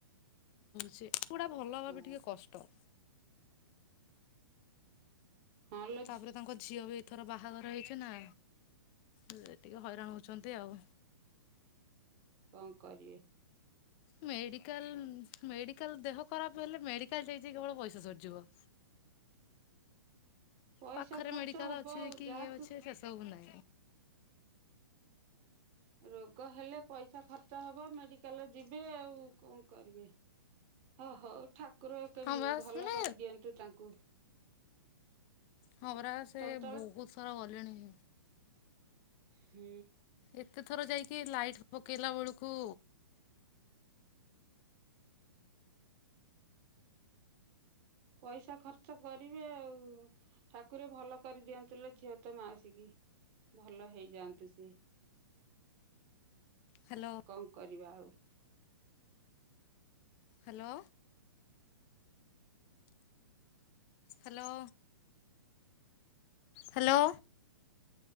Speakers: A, on the left; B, on the right.
A: ସେ ଗୁଡା ଭଲ
B: ହଁ
A: ଭାବେ ଟିକେ କଷ୍ଟ।
B: ହଁ ଲୋ
A: ତାପରେ ତାଙ୍କ ଝିଅ ବି, ତାର ବାହାଘର ହେଇଛି ନା, ଜେ ଟିକେ ହଇରାଣ ହେଉଛନ୍ତି ଆଉ।
B: କଣ କରିବେ।
A: ମେଡିକାଲ, ମେଡିକାଲ, ଦେହ ଖରାପ ହେଲେ। ମେଡିକାଲ ଯାଇ ଯାଇ କେବଳ ପଇସା ସରିଯିବ।
B: ପଇସା
A: ପାଖରେ
B: ଖର୍ଚ୍ଚ
A: ମେଡ଼ିକାଲ
B: ହବ
A: ଅଛି
B: ଆଉ।
A: କି
B: ଯାହାକୁ
A: ଇଏ ଅଛି ସେସବୁ ନାହିଁ।
B: ରୋଗ ହେଲେ, ପଇସା ଖର୍ଚ୍ଚ ହବ। ମେଡିକାଲ ଯିବେ ଆଉକଣ କରିବେ? ହଁ ହଉ। ଠାକୁରଏକେ
A: ହଁ ବାସ୍
B: ଭଲ
A: ମାନେ
B: କରିଦିଅନ୍ତୁ ତାଙ୍କୁ।
A: ହପ ରା। ସେ
B: ଚଞ୍ଚଳ
A: ବହୁତ ଥର ଗଲେଣି।
B: ହୁଁ।
A: ଏତେ ଥର ଯାଇକି, ଲାଇଟ୍ ପକେଇଲା ବେଳକୁ
B: ପଇସା ଖର୍ଚ୍ଚ କରିବେ ଆଉ। ଠାକୁର ଭଲ କରିଦିଅନ୍ତୁ ଲୋ ଝିଅ ତ ମାଉସୀ କି ଭଲ ହେଇଯାଆନ୍ତୁ ସିଏ।
A: ହ୍ୟାଲୋ?
B: କଣ କରିବା ଆଉ?
A: ହାଲୋ। Hello hello.